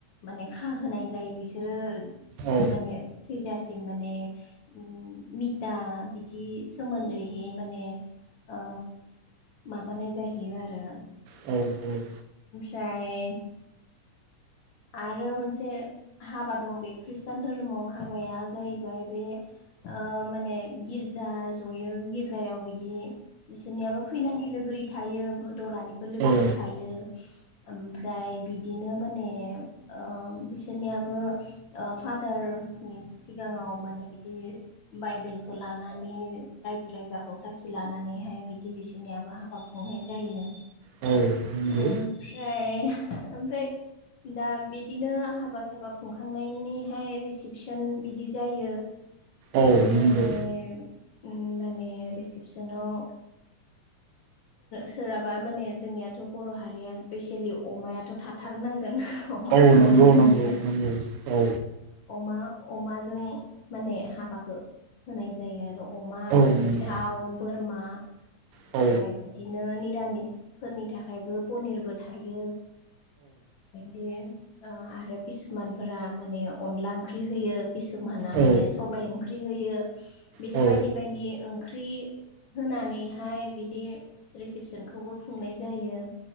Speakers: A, on the left (about 85°); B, on the right (about 80°).
A: माने खाहोनाय जायो बिसोरो
B: औ
A: माने थैजासिम माने उम मिथा बिदि सोमोन्दैहै माने ओ माबानाय जाहैयो आरो
B: औ औ
A: य आरो मोनसे हाबा दं बे ख्रि ष्टान धोरोमाव हाबाया जाहैबाय बे ओ माने गिरज जा ज'यो गिर्जायाव बिदि बिसोरनियाबो खैनानि लोगोरि थायो दरानिबो लोगोरि
B: औ
A: थायो। ओमफ्राय बिदिनो माने ओ बिसोरनियाबो ओ फादारनि सिगाङाव माने बिदि बाइबेलखौ लानानै रायजो रायजाखौ साखि लानानैहाय बिदि बिसोरनियाबो हाबा खुंनाय जायो
B: औ नंगौ
A: ओमफ्राय ओमफ्राय दा बिदिनो हाबा साबा खुंखांनायनि बेहाय रिसिपसन बिदि जायो
B: औ
A: ओमफ्राय
B: नंगौ
A: माने रिसिपसनाव सोरहाबा माने जोंनियाथ' बर' हारिया स्पेसेयेलि अमायाथ' थाथारनांगोन अमा
B: औ
A: नङाबो
B: नंगौ
A: जाया
B: नंगौ नंगौ औ
A: ओ अमा अमाजों माने हाबाखौ होनाय जायो आरो अमा
B: औ नंगौ
A: दाउ बोरमा ओमफ्राय
B: औ
A: बिदिनो निरामिसफोरनि थाखायबो पनिरबो थायो दि आरो किसुमानफोरा माने अनला ओंख्रि होयो किसुमाना
B: औ
A: माने सबायाइ ओंख्रि होयो बिदि
B: औ
A: बायदि बायदि ओंख्रि होनानैहाय बिदि रिसिपसनखौबो खुंनाय जायो